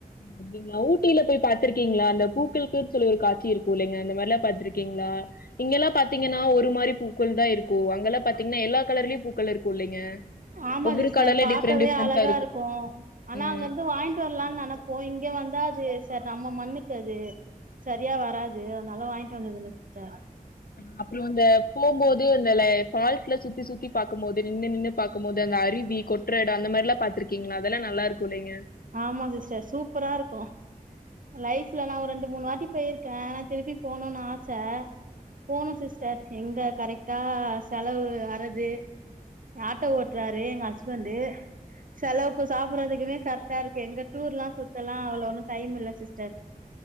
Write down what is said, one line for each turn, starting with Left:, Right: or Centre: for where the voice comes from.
Left: அப்டிங்களா ஊட்டில போய் பாத்துருக்கீங்களா அந்த பூக்கள்ளுக்கு சொல்லி ஒரு காட்சி இருக்கு இலைங்க அந்த மாரிலா பாத்துருக் இருகீங்களா இங்கெல்லா பாத்தீங்கன்னா ஒரு மாரி பூக்கள் தா இருக்கு அங்கெல்லா பாத்தீங்கன்னா எல்லா கலர்லயு பூக் கள் இருக்கு இல்லைங்க
Right: ஆமா
Left: ஒவ்வொரு
Right: சிஸ்டர்
Left: கலர்ல
Right: பாக்கவே
Left: டிஃப்ரெண்ட் டிஃப்ரெண்ட்ஸா
Right: அழகா இருக்கு ஆனா
Left: ம்
Right: அங்கிருந்து வாங் ட்டு வர்லானு நனப்போ இங்க வந்தா அது சர் நம்ம மண்ணுக்கு அது சரியா வராது அதனால வாங்கிட்டு வந்தது இல்ல சிஸ்டர்
Left: அ அப்றோ அந்த போம்போது அந்த ல ஃபால்ஸ்ல சுத்தி சுத்தி பாக்கும்மோது நின்னு நின்னு பாக்கும்மோது அந்த அருவி கொற்ற எடோ அந்த மாரில்லா பாத்திருக்கீங்களா அதெல்லா நல்லா இருக்கு இல்லைங்க
Right: ஆமா சிஸ்டர் சூப்பரா இருக்கு லைஃப்ல நா ஒரு ரெண்டு மூணு வாட்டி போயிருக்க ஆனா திருப்பி போணுனு ஆச போனு சிஸ்டர் எங்க கரெக்ட் தா செலவு வரது ஆட்டோ ஓட்றாரு எங்க ஹஸ்பண்டு செலவுக்கு சாப்படுறதுக்குமே கரெக்ட்டா இருக்கு எங்க டூர்ல்லா சுத்தலா அவ்ளோ ஒன்னு டைம் இல்ல சிஸ்டர்